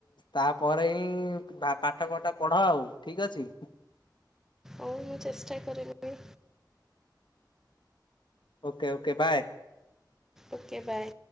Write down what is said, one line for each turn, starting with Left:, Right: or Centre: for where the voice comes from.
Left: ତାପରେ ହିଁ ପାଠ ପାଠ ପଢ ଆଉ ଠିକ ଅଛି। <inaudible>
Centre: ହଉ ମୁଁ ଚେଷ୍ଟା କରିବି।
Left: Okay okay bye.
Centre: Okay bye.